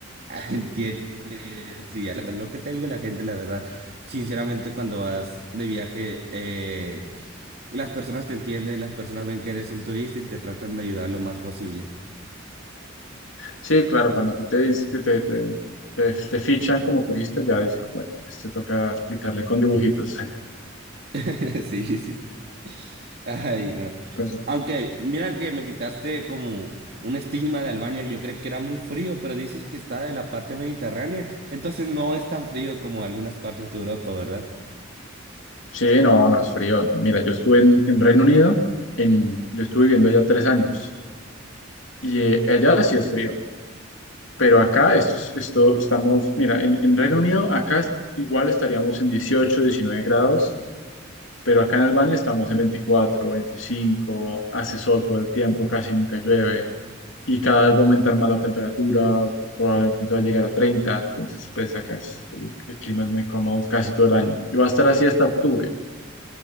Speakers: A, on the right; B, on the left.
A: ah, <laughs> entiendes y haces lo que te diga la gente, la verdad. Sinceramente, cuando vas de viaje, eh, las personas te entienden, las personas ven que eres un turista y te tratan de ayudar lo más posible.
B: Sí, claro, cuando a ti te, dis- que te, te, te, te fichan como turista, ya dicen, como, bueno, este toca explicarle con dibujitos.
A: <laughs> Sí, sí. Ay, no.
B: <laughs>
A: Aunque, mira que me quitaste como un estigma de Albania, yo creí que era muy frío, pero dices que está de la parte mediterránea, entonces no es tan frío como algunas partes de Europa, ¿verdad?
B: Sí, no, no es frío, no. Mira, yo estuve en, en Reino Unido, en, yo estuve viviendo allá tres años y eh, allá sí es frío, pero acá esto, es- esto estamos, mira, en, en Reino Unido acá es- igual estaríamos en 18, 19 grados, pero acá en Albania estamos en 24, 25, hace sol todo el tiempo, casi nunca llueve y cada vez va a aumentar más la temperatura, probablemente va a llegar a 30, entonces pues acá es, el, el clima es muy cómodo casi todo el año y va a estar así hasta octubre.